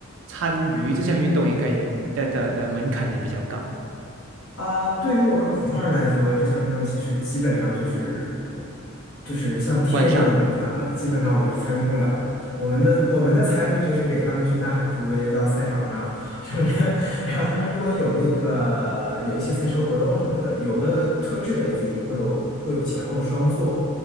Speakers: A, on the right; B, on the left.
A: 参与这项运动，应该也的的的门槛也比较高。
B: 啊，对于我们普通人来说，这项运动其实基本上就是就是像天一样的门槛了，
A: 观赏，
B: 基本上我们是参与不了的。
A: 嗯，
B: 我们的我们的参与就是给他们去呐喊助威，
A: 对
B: 到赛场上什么的。<laughs> 然后他们如果有那个有一些赛车活动什么的，有的特制的 f 一会有会有前后双座，